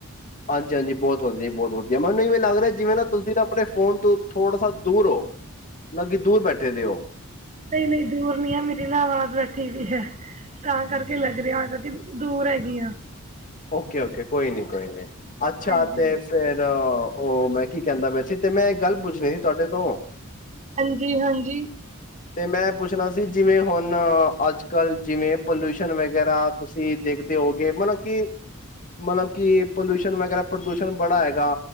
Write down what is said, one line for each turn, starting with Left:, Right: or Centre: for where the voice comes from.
Left: ਹਾਂਜੀ ਹਾਂਜੀ ਬਹੁਤ ਵਧਆੀ ਬਹੁਤ ਵਧੀਆ ਜ ਮੈਨੂੰ ਇਵੇਂ ਲੱਗ ਰਿਹਾ ਜਿਵੇਂ ਨਾ ਤੁਸੀਂ ਨਾ ਆਪਣੇ ਫੋਨ ਤੋਂ ਥੋੜਾ ਸ ਦੂਰ ਹੋ ਮਤਲਬ ਕਿ ਦੂਰ ਬੈਠੇ ਦੇ ਹੋ
Right: ਨਹੀਂ ਨਹੀਂ ਦੂਰ ਨੀ ਆ ਮੇਰੀ ਨਾ ਆਵਾਜ਼ ਬੈਠੀ ਵੀਈ ਹੈ ਤਾਂ ਕਰਕੇ ਲੱਗ ਰਿਹਾ ਕਿ ਦੂਰ ਹੈਗੀ ਆ
Left: ਓਕੇ ਓਕੇ ਕੋਈ ਨੀ ਕੋਈ ਨੀ ਅੱਛਾ
Right: ਹਾਂਜੀ
Left: ਤੇ ਫੇਿਰ ਉਹ ਮੈਂ ਕੀ ਕਹਿੰਦਾ ਵੈਸ ਤੇ ਮੈਂ ਗੱਲ ਪੁੱਛਣੀ ਸੀ ਤੁਹਾਡੇ ਤੋਂ
Right: ਹਾਂਜੀ ਹਾਂਜੀ
Left: ਤੇ ਮੈਂ ਪੁੱਛਣਾ ਸੀ ਜਿਵੇਂ ਹੁਣ ਅੱਜ ਕੱਲ੍ਹ ਜਿਵੇਂ ਪੋਲਿਊਸ਼ਨ ਵਗੈਰਾ ਤੁਸੀਂ ਦੇਖਦੇ ਹੋਗੇ ਮਤਲਬ ਕਿ ਮਤਲਬ ਕਿ ਪੋਲਿਊਸ਼ਨ ਵਗੈਰਾ ਪ੍ਰਦੂਸ਼ਣ ਬੜਾ ਹੈਗਾ